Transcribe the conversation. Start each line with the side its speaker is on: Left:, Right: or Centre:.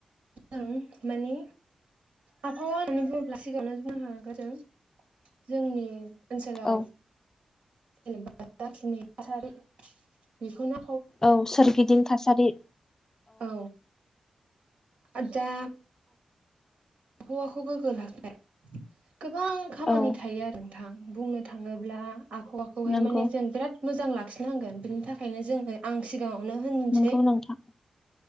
Right: जों मानि आबहावा होननानै बुङोब्ला सिगाङावनो जोंहा जादो जोंनि ओनसोलाव
Left: औ
Right: जेनेबा जाखिनि थासारि बेखौना
Left: औ सोरगिदिं थासारि
Right: औ आ दा आबहावाखौ गोग्गो लाखिनाय गोबां खामानि
Left: औ
Right: थायो आरो थां बुंनो थाङोब्ला आबहावाखौहाय
Left: नंगौ
Right: माने जों बिराद मोजां लाखिनांगोन बिनि थाखायनो जोङो आं सिगाङावनो होनसै।
Left: नंगौ नोंथां